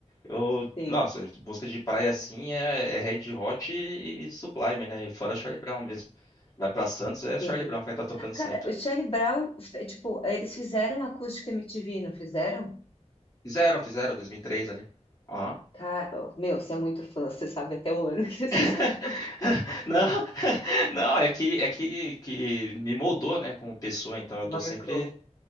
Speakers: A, on the left; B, on the left.
A: Eu,
B: sim,
A: nossa, música de praia assim é, é Red Hot e Sublime, né? E fora Charlie Brown mesmo. Vai pra Santos, é Charlie
B: sim.
A: Brown que vai estar tocando
B: Cara,
A: sempre.
B: o Charlie Brown, fe- tipo, eles fizeram acústica MTV, não fizeram?
A: Fizeram, fizeram, 2003 ali. Ó.
B: Cara, meu, você é muito fã, você sabe até o ano <laughs> que eles
A: <laughs>
B: fizeram.
A: Não, <laughs> não, é que é que, que me moldou, né, como pessoa, então eu tô
B: Marcou.
A: sempre